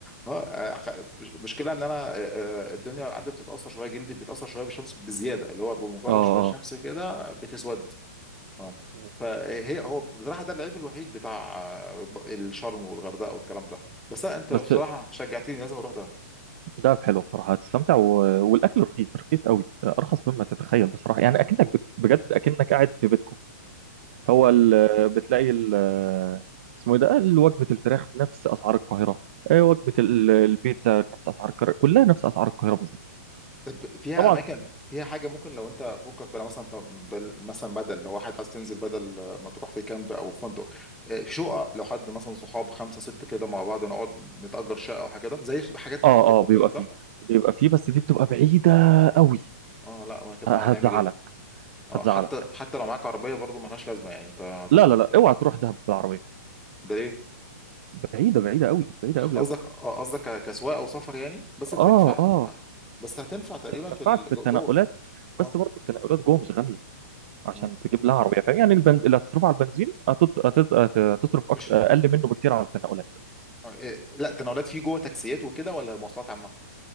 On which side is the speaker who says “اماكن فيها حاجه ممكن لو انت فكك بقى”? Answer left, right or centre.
Centre